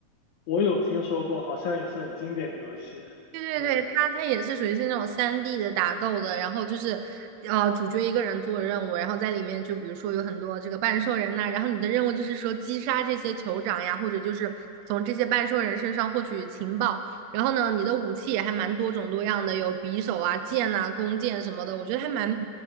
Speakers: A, on the left; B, on the right.
A: 我有听说过，好像也是很经典的游戏。
B: 对对对，
A: 嗯，
B: 它它也是属于是那种三 d 的打斗的，然后就是呃主角一个人做任务，然后在里面就比如说有很多这个半兽人呐、然后你的任务就是说击杀这些酋长呀，或者就是从这些半兽人身上获取情报，然后呢你的武器也还蛮多种多样的，有匕首啊、剑呐、弓箭什么的，我觉得还蛮嗯